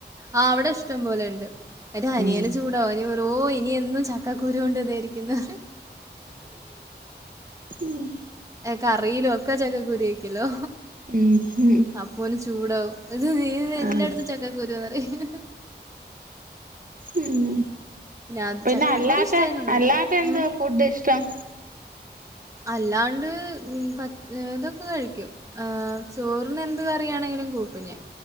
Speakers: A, on the right; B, on the right.
A: ആ അവിടെ ഇഷ്ടം പോലെണ്ട് അ അനിയനെ
B: ഉം
A: ചൂടോ ഓനി വെറോ ഇനി എന്നും ചക്കക്കുരു കൊണ്ട് ഇതായിരിക്കുന്നു
B: ഉം
A: കറിയിലോ ഒക്കെ ചക്ക കുരുയാക്കലോ
B: ഉം ഉം
A: അപ്പോന് ചൂടാവും ഇത് നീ എല്ലായിടത്തും
B: ആഹ്
A: ചക്കക്കുരുന്നറിയും
B: ഉം
A: അത്
B: പിന്നെ
A: ചക്കക്കുരു
B: അല്ലാത്ത
A: ഇഷ്ടായാലും കുഴപ്പല്ല.
B: അല്ലാത്ത എന്തോ
A: ഉം.
B: ഫുഡ് ഇഷ്ടം
A: അല്ലാണ്ട് പ ഇതൊക്കെ കഴിക്കും ചോറിന് എന്ത് കറിയാണെങ്കി കൂട്ടു ഞാ